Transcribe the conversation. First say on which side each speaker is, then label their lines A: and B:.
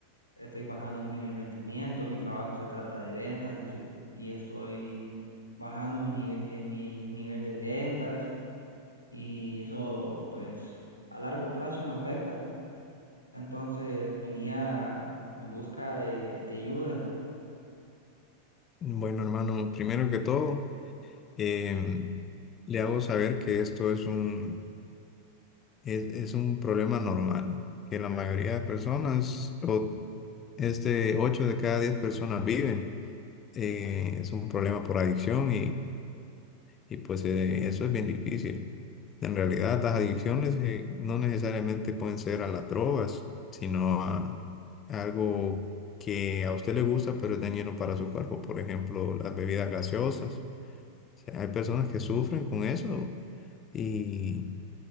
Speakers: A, on the left; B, on the left.
A: estoy bajando mi rendimiento, mi trabajo se trata de ventas y estoy, y estoy bajando mi nive- eh, mi nivel de ventas y eso pues a largo plazo me afecta. Entonces venía en busca de, de ayuda.
B: bueno hermano, primero que todo, em, le hago saber que esto es un, es, es un problema normal, que la mayoría de personas, o este 8 de cada 10 personas viven. Eh, es un problema por adicción Y pues eh, eso es bien difícil. En realidad las adicciones eh, no necesariamente pueden ser a las drogas, sino a algo que a usted le gusta pero es dañino para su cuerpo. Por ejemplo, las bebidas gaseosas. O sea, hay personas que sufren con eso y